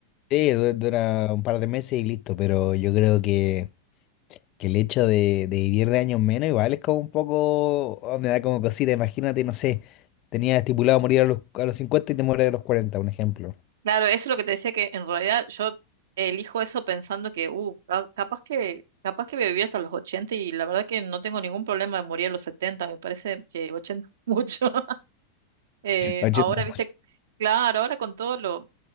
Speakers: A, on the left; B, on the right.
A: Sí, du- dura un par de meses y listo, pero yo creo que Que el hecho de, de vivir de años menos igual es como un poco, oh, me da como cosita, imagínate, no sé, tenía estipulado morir a los, a los cincuenta y te mueres a los cuarenta un ejemplo.
B: Claro, eso es lo que te decía que en realidad yo elijo eso pensando que, uh, ca- capaz que, capaz que voy a vivir hasta los 80 y la verdad que no tengo ningún problema de morir a los 70, me parece que 80 mucho. <laughs> Eh,
A: 80.
B: ahora, viste, claro, ahora con todo lo,